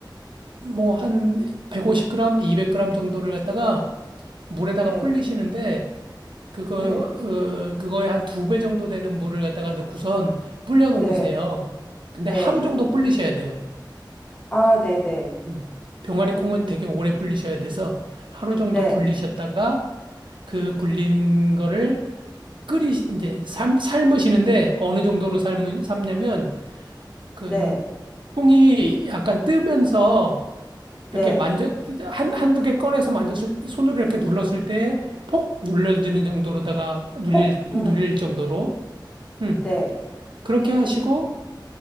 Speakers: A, on the right (about 80°); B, on the left (about 15°).
A: 뭐 한 150g, 200g 정도를 갖다가 물에다가
B: 네,
A: 불리시는데 그거
B: 네,
A: 어, 그거에 한 두 배 정도 되는 물을 갖다가 넣고선 불려 놓으세요.
B: 네,
A: 근데
B: 네.
A: 하루 정도 불리셔야 돼요.
B: 아, 네, 네,
A: 음. 병아리 콩은 되게 오래 불리셔야 돼서 하루 정도
B: 네,
A: 불리셨다가 그 불린 거를 끓이 이제 삶 삶으시는데 어느 정도로 삶 삶냐면 그
B: 네,
A: 콩이 약간 뜨면서
B: 네.
A: 이렇게 만져 한 한두 개 꺼내서 만졌을 때- 손으로 이렇게 눌렀을 때 폭 눌러지는 정도로다가 눌릴
B: 콩, 음,
A: 눌릴 정도로 음
B: 네,
A: 그렇게 하시고